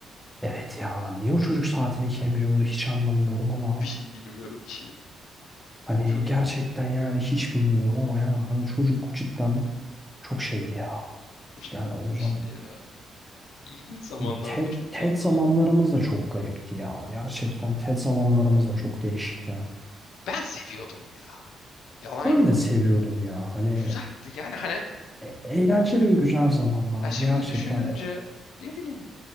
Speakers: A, in the centre; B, on the left.
A: evet ya niye o çocuk
B: <laughs>
A: saatini kemiriyordu hiç anlamıyorum ama
B: Bir şey bilmiyorum ki.
A: hani
B: Çok
A: gerçekten
B: il-
A: yani hiç bilmiyorum ama yani hani çocuk cidden Çok şeydi ya. Yani
B: ilginçti
A: o zaman
B: ya. İlginç zamanlarda
A: TED,
B: çok
A: TED
B: tatlı
A: zamanlarımız
B: zaman.
A: da çok garipti ya. Gerçekten TED zamanlarımız da çok değişikti.
B: Ben seviyordum ya. Yalan
A: Ben
B: yok.
A: de seviyordum ya. Hani
B: Güzeldi yani hani
A: e- eğlenceli ve güzel zamanlardı
B: ya şimdi
A: gerçekten.
B: düşününce ne bileyim